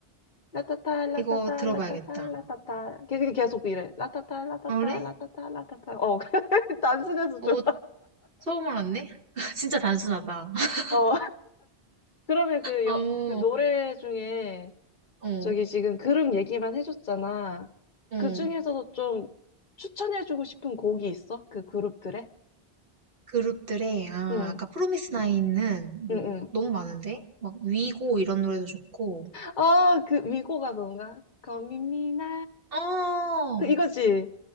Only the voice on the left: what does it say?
라타타, 라타타,
라타타, 라타타. 걔 그게 계속 이래. 라타타, 라타타,
라타타, 라타타. 어, <laughs> 단순해서
좀.
어, 그러면 그,
여, 그 노래 중에
저기 지금 그룹 얘기만 해줬잖아.
그 중에서도 좀 추천해주고 싶은 곡이 있어? 그 그룹들의?
응,
응, 응.
어, 그 위고가 뭔가 거미미나
그 이거지.